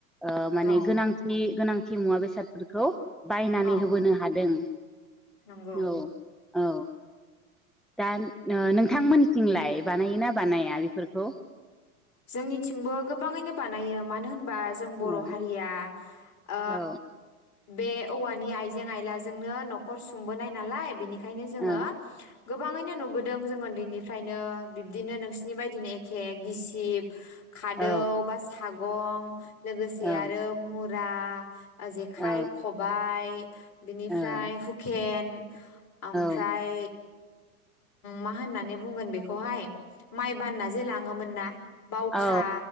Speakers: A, in the centre; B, on the left.
A: ओ माने
B: औ
A: गोनांथि गोनांथि मुवा बेसादफोरखौ बायनानै
B: औ
A: होबोनो हादों।
B: नंगौ
A: औ औ। दा नो नोंथांमोननिथिंलाय बानायो ना बानाया बेफोरखौ?
B: जोंनिथिंबो गोबाङैनो बानायो मानो होन बा जों बर'
A: औ
B: हारिया ओ
A: औ
B: बे औवानि आइजें आइलाजोंनो न'खर सुंबोनाय नालाय बेनिखायनो ओंखायनो
A: औ
B: जोङो गोबाङैनो नुबोदों जोङो उन्दैनिफ्रायनो बिब्दिनो नोंसोरनि बायदिनो एखे गिसि सिप खादौ
A: औ
B: बा सागं लोगोसे
A: औ
B: आरो मुर ब्रा जेखाइ
A: औ
B: खबायाइ <inaudible> बिनिफ्राय
A: ओ
B: हुकेन ओमफ्राय
A: औ
B: मा होननानै बुंगोन बेखौहाय माइ बान्ना जे लाङोमोन ना बावखा
A: औ